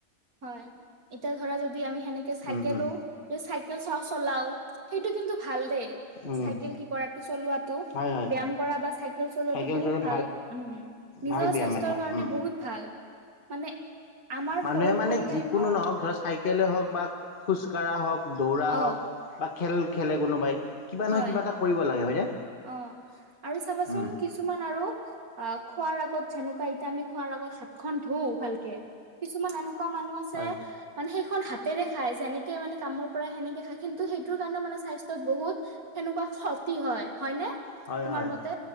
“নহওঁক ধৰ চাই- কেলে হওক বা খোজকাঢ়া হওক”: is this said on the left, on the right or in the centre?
Left